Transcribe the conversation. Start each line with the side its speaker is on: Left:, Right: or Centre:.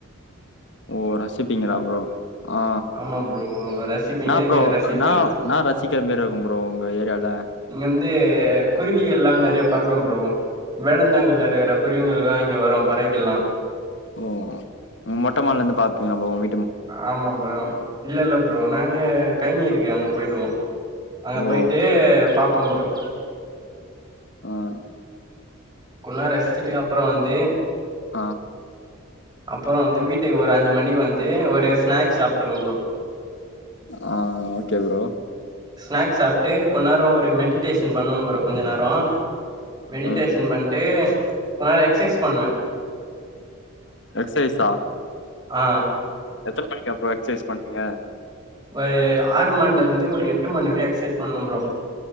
Left: ஓ ரசிப்பீங்களா ப்ரோ ஆ
Right: ஆமா ப்ரோ ரசிப்பே
Left: என்ன
Right: இயற்கைய
Left: ப்ரோ
Right: ரசிப்பே
Left: நான் நான் ரசிக்கிற மாறி இருக்கும் ப்ரோ உங்க ஏரியால
Right: இங்க வந்து குருவிகள்லாம் நெறைய பறக்கும் ப்ரோ வேடந்தாங்கில்ல இருக்கிற குருவிகள்லாம் இங்கே வரும் பறவைகள்லாம்
Left: ஓ உ மொட்டமாடிலருந்து பாப்பீங்களா ப்ரோ உங்
Right: ஆமா ப்ரோ இல்ல இல்ல ப்ரோ நாங்க கைனி இருக்கே அங்க போயிடுவோம் அங்க
Left: ஓ
Right: போயிட்டு பாப்போம் ப்ரோ
Left: ம்
Right: கொஞ்ச நேரம் ரசிச்சுட்டு அப்புறம் வந்து
Left: ஆ
Right: அப்புறம் வந்து வீட்டுக்கு ஒரு அஞ்சு மணிக்கு வந்து ஒரு ஸ்நாக்ஸ் சாப்ருவோம் ப்ரோ
Left: ஆ ஓகே ப்ரோ
Right: ஸ்நாக்ஸ் சாப்பிட்டு கொஞ்ச நேரம் ஒரு மெடிடேஷன் பண்ணுவே ப்ரோ கொஞ்ச நேரம் மெடிடேஷன்
Left: ம்
Right: பண்ணிட்டு கொஞ்ச நேர எக்ஸசைஸ் பண்ணுவேன்
Left: எக்ஸைஸா
Right: ஆ
Left: எத்தனை மணிக்கு அப்புறம் எக்சசைஸ் பண்ணுவீங்க
Right: ஒரு ஆறு மணிலருந்து ஒரு எட்டு மணி வரை எக்சசைஸ் பண்ணுவே ப்ரோ